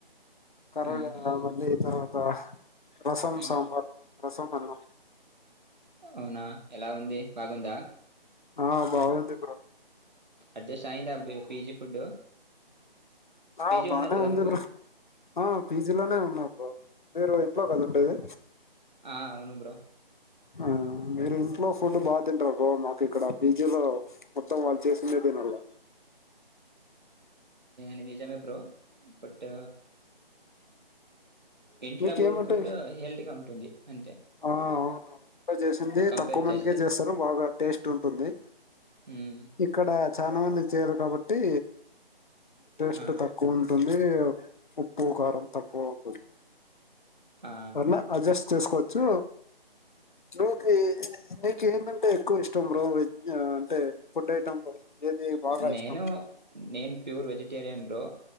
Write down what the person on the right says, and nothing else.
హ్మ్. హ్మ్.
హ్మ్.
అవునా ఎలా ఉంది బాగుందా
అడ్జస్ట్ అయిందా పీజీ ఫుడ్ పేజీ
ఉన్నారు కదా
నువ్వు
ఆ అవును బ్రో
అనిజమ బ్రో బట్ ఇంట్లో
బడిన ఫుడ్
హెల్తీ గా ఉంటుంది. అంతే
కంపేర్
చేస్తే.
హ్మ్.
ఆ!
ఆ!
నేను
నేను ప్యూర్ వెజిటేరియన్ బ్రో